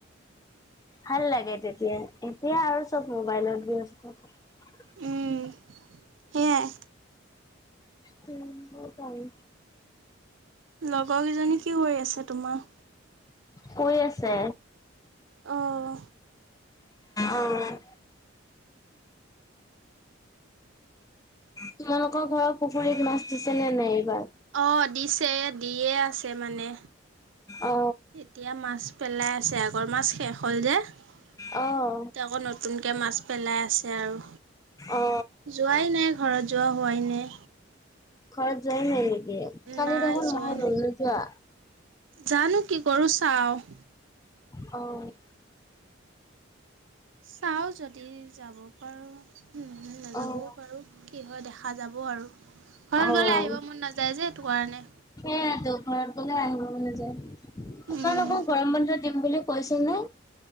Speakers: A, on the left; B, on the right.
A: ভাল লাগে তেতিয়া এতিয়া আৰু চব মোবাইলত ব্যস্ত। <inaudible>
B: উম, সেয়াই
A: ফুৰিব পাৰি।
B: লগৰ কেইজনী কি কৰি আছে তোমাৰ?
A: কৈ আছে।
B: অঁ
A: অ'। তোমালোকৰ ঘৰৰ পুখুৰীত মাছ দিছে নে নাই এইবাৰ?
B: অ দিছে দিয়ে আছে মানে,
A: অ
B: এতিয়া মাছ পেলাই আছে, আগৰ মাছ শেষ হ'ল যে। এতিয়া
A: অ অ
B: আকৌ নতুনকে মাছ পেলাই আছে আৰু।
A: অ
B: যোৱাই নাই, ঘৰত যোৱা হোৱাই নাই।
A: ঘৰত যোৱাই নাই নেকি? কালি
B: নাই
A: দেখোন
B: যোৱাই
A: নহলেই
B: নাই,
A: যোৱা।
B: জানো কি কৰো, চাওঁ।
A: অ',
B: চাও যদি যাব পাৰো নাযাবও
A: অ',
B: পাৰো। কি হয় দেখা যাব আৰু। ঘৰত
A: অ'
B: গ'লে আহিব মন নাযায়
A: সেই
B: যে সেইটো কাৰণে।
A: আ দোকৰৰ প আহিব। য তোমালোকক
B: উম,
A: গৰম বানধত দিম বুলি কৈছিল নে?